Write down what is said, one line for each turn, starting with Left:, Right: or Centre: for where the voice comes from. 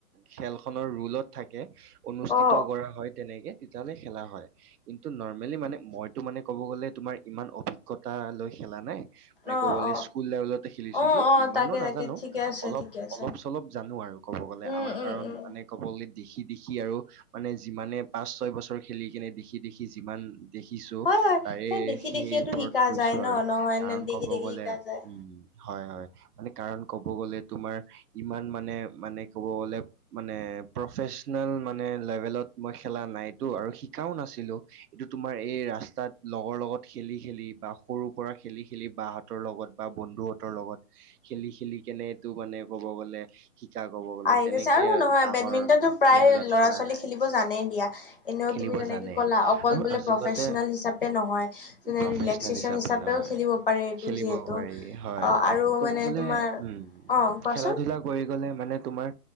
Right: খেলখনৰ ৰুলত থাকে অনুষ্ঠিত
Left: অ অ
Right: কৰা হয়, তেনেকে তেতিয়াহ'লে খেলা হয়। কিন্তু নৰ্মেলি মানে মইতো মানে ক'ব গ'লে তোমাৰ ইমান অভিজ্ঞতা লৈ খেলা নাই। মানে
Left: অ
Right: ক'ব গ'লে
Left: অ
Right: স্কুল লেভেলত খেলিছো
Left: অ
Right: চ'
Left: অ
Right: ইমানো
Left: তাকে
Right: নাজানো
Left: তাকে ঠিকে আছে
Right: অলপ
Left: ঠিকে আছে
Right: অলপ-চলপ জানো আৰু ক'ব গ'লে
Left: উম
Right: আমাৰ
Left: উম
Right: কাৰণ
Left: উম
Right: মানে ক'ব গ'লে দেখি দেখি আৰু মানে যিমানে পাঁচ ছয় বছৰ খেলি কিনে দেখি দেখি যিমান দেখিছো
Left: হয় হয়
Right: তাৰে
Left: দেখি
Right: সেই
Left: দেখিয়েতো
Right: ওপৰত
Left: শিকা
Right: কৈছোঁ
Left: যায় ন
Right: আৰু
Left: নহয়
Right: কাৰণ
Left: নে দেখি
Right: ক'ব
Left: দেখি
Right: গ'লে
Left: শিকা যায়।
Right: উম। হয়, হয়, মানে কাৰণ ক'ব তোমাৰ ইমান মানে মানে ক'ব গ'লে মানে প্ৰফেচনেল মানে লেভেলত মই খেলা নাইতো আৰু শিকাও নাছিলো। এইটো তোমাৰ এই ৰাস্তাত লগৰ লগত খেলি খেলি বা সৰুৰ পৰা খেলি খেলি বা হতৰ লগত বা বন্ধুহতৰ লগত খেলি খেলি কেনে এটো মানে ক'ব গ'লে শিকা ক'ব গ'লে
Left: আহি
Right: তেনেকে
Left: গৈছে আৰু নহয়
Right: ডাঙৰ
Left: বেডমিন্টনটো প্ৰায়
Right: লেভেলত
Left: ল'ৰা
Right: খেলা
Left: ছোৱালী
Right: নাই।
Left: খেলিব জানেই দিয়া। এনেও
Right: খেলিব
Left: তুমি যেনেকে
Right: জানে
Left: ক'লা অকল
Right: আৰু
Left: বোলে
Right: আচলতে
Left: প্ৰফেচনেল হিচাপে নহয়। যোনে
Right: প্ৰফেচনেল
Left: ৰিলেক্সেচন
Right: হিচাপে
Left: হিচাপেও
Right: নহয়।
Left: খেলিব পাৰে এইটো
Right: খেলিব
Left: যিহেতু
Right: পাৰি হয়,
Left: অ আৰু
Right: ক'ব
Left: মানে
Right: গ'লে
Left: তোমাৰ
Right: উম,
Left: অ কোৱাচোন
Right: খেলা-ধূলা <unintelligible> কৰি গলে মানে তোমাৰ